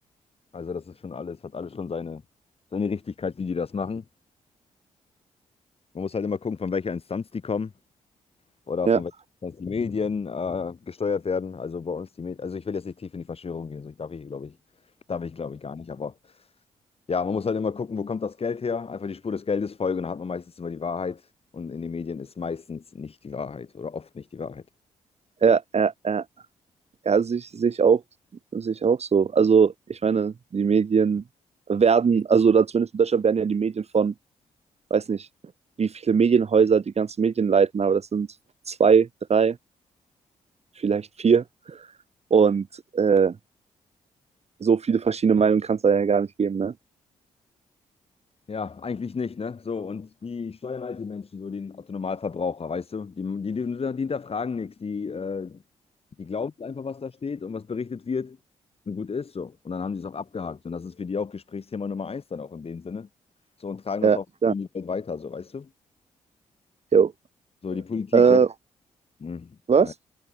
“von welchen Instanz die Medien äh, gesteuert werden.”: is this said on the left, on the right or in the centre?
Left